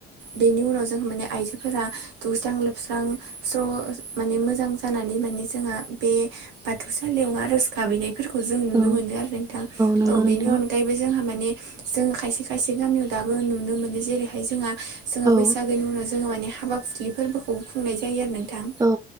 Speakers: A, on the right (about 80°); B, on the right (about 20°).
A: बेनि उनाव जोंहा माने आइजोफोरा दुस्रां लोबस्रां। स्र' माने मोजां जानानै माने जोंहा बे बाथौसालियाव आर'ज गाबहनाय फोरफोरखौ जों नुनो
B: औ
A: मोनो आरो नोंथां
B: नंगौ
A: औ बेनि
B: नोंथां
A: अनगाय दायबो जोंहा माने जोङो खायसे खायसे गामियाव दाबो नुनो मोनो जेरैहाय जोंहा जोंहा
B: औ
A: बैसागोनि उनाव जोङो माने हाबा फुख्रि फोरबोखौबो खुंनाय जायो आरो ना थां
B: औ